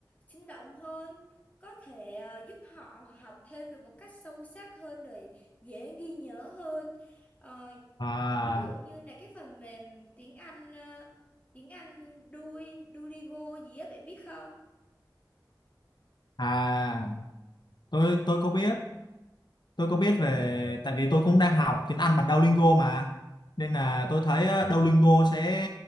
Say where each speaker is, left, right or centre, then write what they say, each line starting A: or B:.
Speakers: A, on the left; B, on the left.
A: sinh động hơn, có thể à, giúp họ học thêm được một cách sâu sắc hơn, rồi dễ ghi nhớ hơn. Ờ,
B: à
A: ví dụ như là cái phần mềm tiếng Anh, ờ, tiếng Anh Duolingo gì á, bạn biết không?
B: à tôi tôi có biết tôi có biết về tại vì tôi cũng đang học tiếng Anh bằng Duolingo mà nên là tôi thấy ờ, Duolingo sẽ